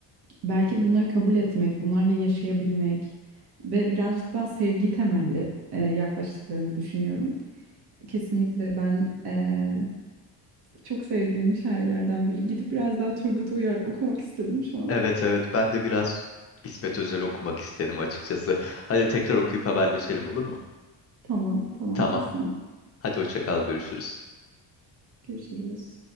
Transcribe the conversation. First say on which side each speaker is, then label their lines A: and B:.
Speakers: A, on the right (about 55°); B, on the left (about 30°).
A: belki bunları kabul etmek, bunlarla yaşayabilmek ve birazcık daha sevgi temelli e, yaklaştıklarını düşünüyorum. Kesinlikle ben e, çok sevdiğim şairlerden biri. Gidip biraz daha Turgut Uyar okumak istedim şu an.
B: Evet evet ben de biraz İsmet Özel okumak istedim açıkçası. Hadi tekrar okuyup haberleşelim olur mu?
A: Tamam, tamam
B: Tamam.
A: kesinlikle.
B: Hadi hoşça kal görüşürüz.
A: Görüşürüz.